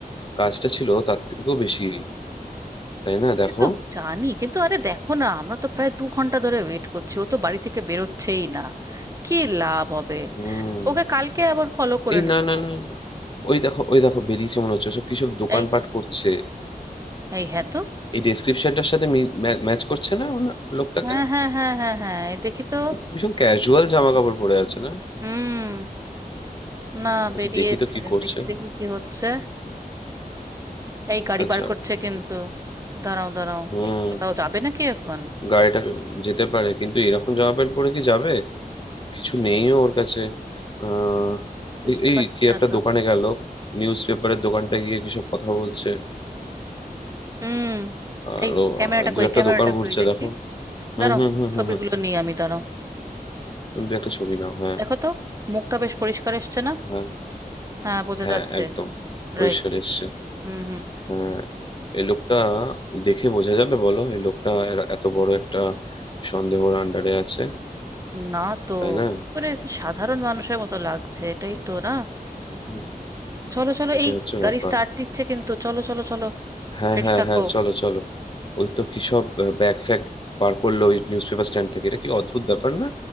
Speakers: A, on the left; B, on the right.
A: কাজটা ছিল তার থেকেও বেশি তাই না দেখো
B: সে তো জানি কিন্তু আরে দেখো না আমরা তো প্রায় দু ঘন্টা ধরে ওয়েট করছি ও তো বাড়ি থেকে বেরোচ্ছেই না কি লাভ হবে
A: হুম
B: ওকে কালকে আবার ফলো করে
A: এই
B: নেব
A: না না না না। ওই দেখো ওই দেখো বেরিয়েছে মনে হচ্ছে সব কিসব দোকানপাট
B: এই
A: করছে
B: এই হ্যাঁ তো
A: এই ডেসক্রিপশনটার সাথে ম্যাচ করছে না ওনা লোকটাকে
B: হ্যাঁ হ্যাঁ হ্যাঁ হ্যাঁ হ্যাঁ এই দেখি তো
A: কিন্তু ভীষণ ক্যাজুয়াল জামা কাপড় পরে আছে না
B: হুম না
A: আচ্ছা
B: বেরিয়েছে
A: দেখি তো কি করছে
B: দেখি দেখি কি হচ্ছে এই গাড়ি
A: আচ্ছা
B: বার করছে কিন্তু দাঁড়াও দাঁড়াও
A: হুম
B: এই কি কোথাও যাবে নাকি এখন
A: গাড়িটা যেতে পারে কিন্তু এরকম জামা প্যান্ট পরে কি যাবে কিছু
B: ও,
A: নেইও ওর কাছে আহ
B: বুঝতে
A: দে- এই
B: পারছি
A: কি
B: না
A: একটা
B: তো
A: দোকানে গেল নিউজ পেপারের দোকানটা গিয়ে কিসব কথা বলছে
B: হুম
A: আর
B: এই
A: ও,
B: ক্যামেরাটা
A: দু
B: কই
A: একটা
B: ক্যামেরাটা
A: দোকান ঘুরছে
B: কই দেখি
A: দেখো হুম
B: দাঁড়াও
A: হুম হুম
B: ছবিগুলো
A: হুম হুম
B: নিয়ে আমি দাঁড়াও
A: তুমি তো একটা ছবি নাও হ্যাঁ
B: দেখো তো মুখটা বেশ পরিষ্কার এসছে না
A: হ্যাঁ
B: হ্যাঁ বোঝা
A: হ্যাঁ
B: যাচ্ছে
A: একদম পরিষ্কার
B: রাইট
A: এসছে
B: হুম হুম
A: হ্যাঁ এই লোকটা দেখে বোঝা যাবে বলো এই লোকটা এর- এত বড় একটা সন্দেহর আন্ডারে আছে
B: না তো
A: তাই না
B: পুরো একটা সাধারণ মানুষের মতো লাগছে এটাই তো না
A: হুম,
B: চলো চলো
A: এটা
B: এই
A: হচ্ছে
B: গাড়ি
A: ব্যাপার
B: স্টার্ট দিচ্ছে কিন্তু চলো চলো চলো
A: হ্যাঁ
B: রেডি
A: হ্যাঁ
B: থাকো
A: হ্যাঁ চলো চলো ওই তো কি সব ব্যাগ ফ্যাগ বার করলো ওই নিউজ পেপার স্ট্যান্ড থেকে এটা কি অদ্ভুত ব্যাপার না